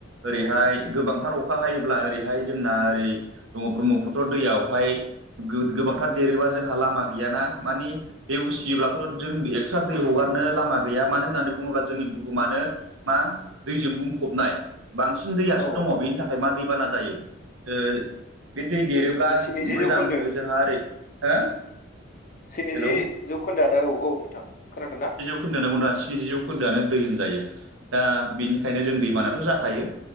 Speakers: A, on the right; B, on the left.
A: ओरैहाय गोबांथार अखा हायोब्ला ओरैहाय जोंना ओरै दङ ब्रह्मपुत्र दैयावहाय गो-गोबांथार देरोबा जोंहा लामा गैयाना मानि बे उसियोब्लाथ' जों एक्स्रा दै हगारनो लामा गैया मानो होननानै बुङोब्ला जोंनि बुहुमानो मा दैजों बुंफबनाय। बांसिन दैयासो
B: औ
A: दङ बेनि थाखाय मा दैबाना जायो ओ बे दै देरोब्ला
B: स्निजि
A: मोजां
B: जौखोन्दो
A: जोंहा ओरै हो
B: स्निजि
A: हेलौ
B: जौखोन्दोआनो औ औ नोंथां खोनादों ना
A: <unintelligible> स्निजि जौखोन्दोआनो दै होनजायो दा बिनिखायनो जों दैबानाथ' जाखायो।